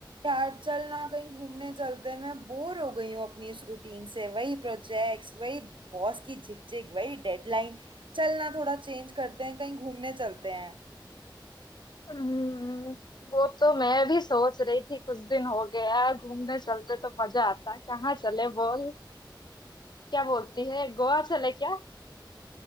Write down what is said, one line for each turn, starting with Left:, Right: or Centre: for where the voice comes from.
Right: यार चल ना कहीं घूमने चलते हैं मैं बोर हो गई हूँ अपनी इस रूटीन से वही प्रोजेक्ट्स वही बॉस की झिकझिक वही डेडलाइन चल ना थोड़ा चेंज करते हैं कहीं घूमने चलते हैं
Left: हम्म, वो तो मैं भी सोच रही थी कुछ दिन हो गया है, घूमने चलते तो मजा आता कहाँ चले बोल क्या बोलती है गोवा चले क्या